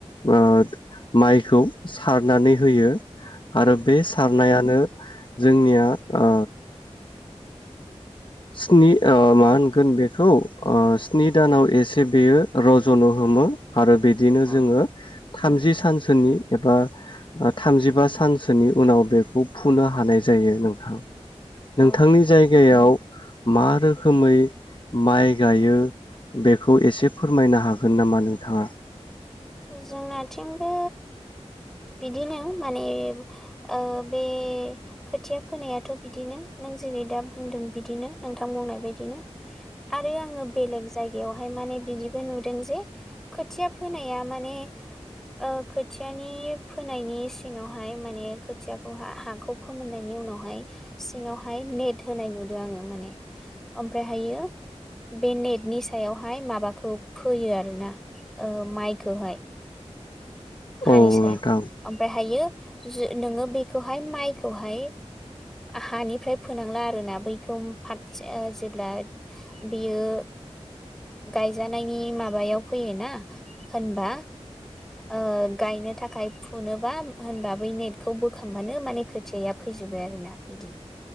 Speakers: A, on the left (about 45°); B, in the centre.
A: ओ माइखौ सारनानै होयो आरो
B: उम
A: बे सारनायानो जोंनिया ओ स्नि ओ मा होनगोन बेखौ ओ स्नि दानाव एसे बेयो रज'नो हमो आरो बिदिनो
B: औ
A: जोङो थामजि सानसोनि एबा थामजिबा सानसोनि उनाव बेखौ फुनो हानाय जायो नोंथां नोंथांनि
B: औ
A: जायगायाव मा रोखोमै माइ गायो बेखौ एसे फोरमायनो हागोन नामा नोंथाङा?
B: जोंनाथिंबो बिदिनो माने ओ बे खोथिया फोनायाथ' बिदिनो नों जेरै दा बुंदों बिदिनो नोंथां बुंनाय बायदिनो आरो आङो बेलेग जायग बेयावहाय माने बिदिबो नुदों जे खोथिया फोनाया माने ओ खोथियानि फोनायनि सिङावहाय माने खोथियाखौ हाखौ फोमोननायनि उनावहाय सिङावहाय नेट होनाय नुदों आङो माने ओमफ्रायहायो बे नेटनि सायावहाय माबाखौ फोयो आरोना ओ माइ बेखौहाय हानि
A: औ
B: सायाव
A: नोंथां
B: ओमफ्राय हायो <inaudible> नोङो बेखौहाय माइ खौहाय हानिफ्राय फोनांला आरोना बैखौ फाद जेब्ला बियो गायजानायनि माबायाव फैयोना होनबा ओ गायनो थाखाय फुनोबा होनबा बै नेटखौ बोखांबानो माने खोथियाया फैजोबबाय आरो ना बिदि